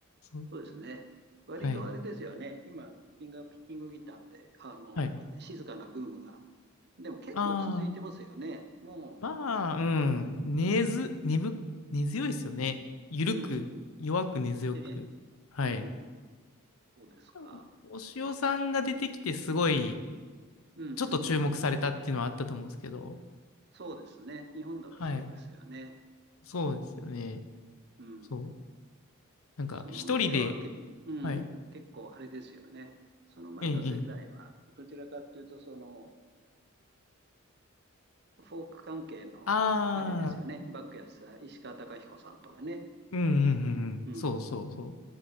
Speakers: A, on the left; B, on the right.
A: そう。
B: そうですね。割とあれですよね。
A: はい。
B: 今、フィンガーピッキングギターって、あの、
A: はい。
B: 静かなブームが。でも結構続いてますよね。
A: ああ。
B: も
A: まあ、うん。根ず、根ぶ、根強いですよね。ゆるく、
B: う、うん。
A: 弱く根強く。
B: ね、
A: はい。
B: うん。そうですか。
A: 多分お塩さんが出てきてすごい、
B: うんうんうんうん。
A: ちょっと注目されたっていうのはあったと思うんですけど。
B: そうですね。日本だとそうですよね。
A: はい。そうですよね。
B: うん。
A: そう。なんか、
B: その前はけ、
A: 一人で、
B: うん、
A: はい。
B: 結構あれですよね。その前の世代は、
A: ええ、え
B: どちらかというと、その、フォーク関係の、
A: ああ、
B: あれですよね。バックやさ、ん石川貴彦さんとかね。
A: うんうんうんうん。
B: うん。
A: そうそうそう。